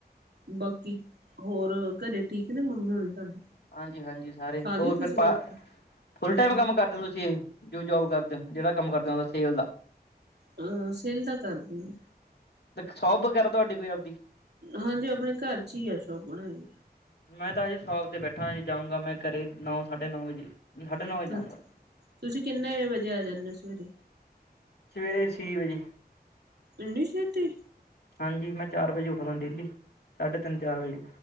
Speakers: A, on the right; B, on the left.
A: ਬਾਕੀ ਹੋਰ ਘਰੇ ਠੀਕ ਨੇ, ਮੰਮੀ ਹੋਣੀ ਤੁਹਾਡੇ।
B: ਹਾਂਜੀ-ਹਾਂਜੀ। ਸਾਰੇ
A: ਖਾ ਲਈ
B: ਹੋਰ
A: ਤੁਸੀਂ
B: ਫਿਰ ਪਾ
A: ਰੋਟੀ
B: ਫੁੱਲ
A: ਹਮ
B: ਟਾਈਮ ਕੰਮ ਕਰਦੇ ਹੋ ਤੁਸੀਂ ਏਹ! ਜੋ ਜੋਬ ਕਰਦੇ ਓ, ਜਿਹੜਾ ਕੰਮ ਕਰਦੇ ਓ ਸੇਲ ਦਾ।
A: ਅਹ ਸੇਲ ਦਾ ਕਰਦੀ ਆ।
B: ਮੈਂ ਕੇਹਾ ਸ਼ੌਪ ਵਗੈਰਾ ਤੁਹਾਡੀ ਕੋਈ ਆਵਦੀ?
A: ਹਾਂਜੀ ਆਪਣੇ ਘਰ ਚ ਈ ਆ ਸ਼ੋਪ ਬਣਾਈ
B: ਮੈਂ ਤਾਂ ਅਜੇ ਸ਼ੋਪ ਤੇ ਬੈਠਾ ਅਜੇ ਜਾਊਂਗਾ ਮੈਂ ਘਰੇ ਨੌ ਸਾਢੇ ਨੌ ਵਜੇ, ਸਾਢੇ ਨੌ
A: ਹੈ
B: ਵਜੇ ਜਾਊਂਗਾ।
A: ਤੁਸੀਂ ਕਿੰਨੇ ਵਜੇ ਆ ਜਾਂਨੇ ਓ ਸਵੇਰੇ?
B: ਸਵੇਰੇ ਛੇ ਵਜੇ।
A: ਏਨੀ ਛੇਤੀ।
B: ਹਾਂਜੀ ਮੈਂ ਚਾਰ ਵਜੇ ਉੱਠਦਾ ਡੇਲੀ। ਸਾਢੇ ਤਿੰਨ- ਚਾਰ ਵਜੇ।